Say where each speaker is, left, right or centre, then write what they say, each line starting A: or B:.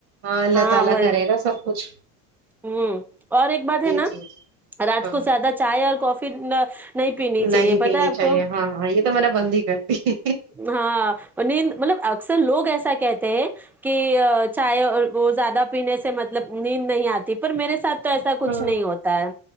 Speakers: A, on the right; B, in the centre.
A: اللہ
B: ہاں
A: تعالی
B: وہ
A: کرے گا سب کچھ
B: ہ اور ایک بات ہے
A: جی
B: نا
A: جی جی
B: رات
A: ہاں
B: کو زیادہ اور کافی نہ نہیں پین چاہیے
A: نہیں
B: پت
A: پینی
B: ہے آپ
A: چاہیے
B: کو
A: ہاں ہاں یہ تو میں نے بند ہی کر دی
B: ہاں نیند مطلب اکثر لوگ ایسا کہتے ہیں کہ چائے اور وہ زیادہ پینے سے مطلب نیند نہیں آتی پر میرے ساتھ تو ایسا کچھ
A: ہاں
B: نہیں ہوتا ہے